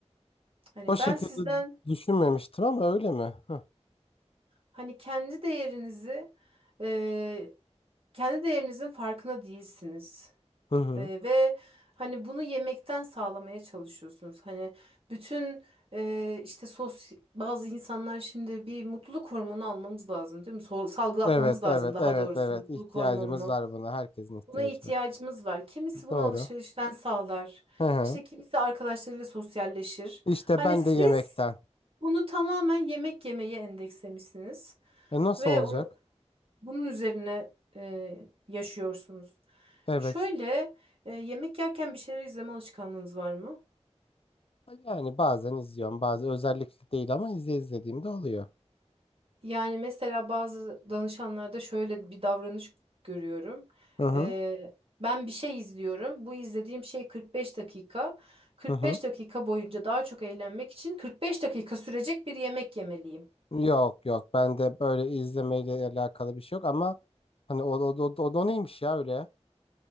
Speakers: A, on the right (about 55°); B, on the left (about 55°).
A: Hani
B: O şekilde
A: ben sizden
B: düşünmemiştim ama öyle mi? Hı
A: hani kendi değerinizi e, kendi değerinizin farkına değilsiniz.
B: hı. hı.
A: E, ve hani bunu yemekten sağlamaya çalışıyorsunuz. Hani bütün e, işte sos bazı insanlar şimdi bir mutluluk hormonu almamız lazım değil mi? So- salgılatmamız
B: Evet,
A: lazım
B: evet,
A: daha
B: evet,
A: doğrusu
B: evet.
A: mutluluk
B: İhtiyacımız
A: hormonunu.
B: var buna. Herkesin ihtiyacı
A: Buna ihtiyacımız
B: var.
A: var. Kimisi bunu
B: Doğru.
A: alışverişten sağlar.
B: Hı hı.
A: İşte kimisi arkadaşlarıyla sosyalleşir.
B: İşte
A: Hani
B: ben
A: siz
B: de yemekten.
A: bunu tamamen yemek yemeye endekslemişsiniz.
B: E nasıl
A: Ve
B: olacak?
A: onu, bunun üzerine e, yaşıyorsunuz.
B: Evet.
A: Şöyle e, yemek yerken bir şeyler izleme alışkanlığınız var mı?
B: Yani bazen izliyorum, bazen özellikle değil ama izle izlediğimde oluyor.
A: Yani mesela bazı danışanlarda şöyle bir davranış görüyorum.
B: Hı hı,
A: E, ben bir şey izliyorum. Bu izlediğim şey 45 dakika. 45
B: hı hı.
A: dakika boyunca daha çok eğlenmek için 45 dakika sürecek bir yemek yemeliyim.
B: Yok yok, bende böyle izlemeyle alakalı bir şey yok ama hani o o o, o, o neymiş ya öyle?